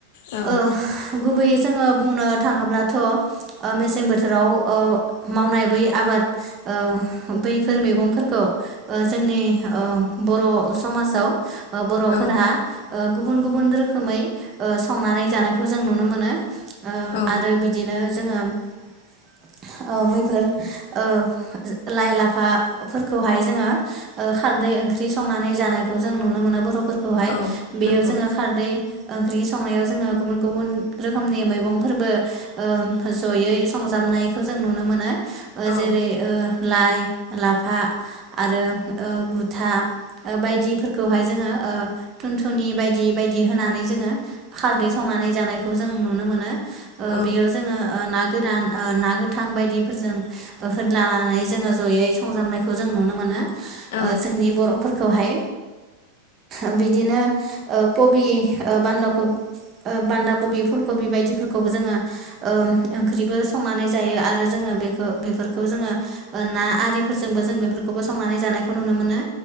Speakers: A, on the left (about 50°); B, on the right (about 30°).
A: औ
B: ओ गुबैयै जोङो बुंनो थाङोब्लाथ' ओ मेसें बोथोराव ओ मावनाय बै आबाद ओ बैफोर मैगंफोरखौ ओ जोंनि ओ बर' समाजाव ओ बर'फोरहा
A: औ
B: ओ गुबुन गुबुन रोखोमै ओ संनानै जानायखौ जों नुनो मोनो। ओ
A: औ
B: आरो बिदिनो जोङो ओ बैफोर ओ लाइ-लाफाफोरखौहाय जोङो ओ खारदै ओंख्रि संनानै जानायखौ जों नुनो मोनो बर'फोरखौ।
A: औ
B: बेयाव
A: नंगौ
B: जोङो खारदै ओं ओंख्रि संनायाव जोङो गुबुन गुबुन रोखोमनि मैगंफोरबो ओ जयै संजाबनायखौ जों नुनो मोनो। ओ
A: औ
B: जेरै ओ लाय लाफा आरो ओ बुथुवा बायदिफोरखौहाय जोङो ओ थुनथुनि बायदि बायदि होनानै जोङो खारदै सावनानै जानायखौ जों नुनो मोनो। ओ
A: औ
B: बेयाव जोङो ओ ना गोरान ओ ना गोथां बायदिफोरजों होन्लानानै जोङो जयै संजाबनायखौ जों नुनो मोनो। ओ
A: औ
B: जोंनि बर'फोर खौहाय बिदिनो ओ कबि ओ बान्दा बान्दा कबि फुलकबि बायदिफोरखौबो जोङो ओंख्रिबो संनानै जायो आरो जोङो बेखौ बेफोरखौ जोङो ओ ना आरिफोरजोंबो जों बेफोरखौबो संनानै जानायखौ नुनो मोनो।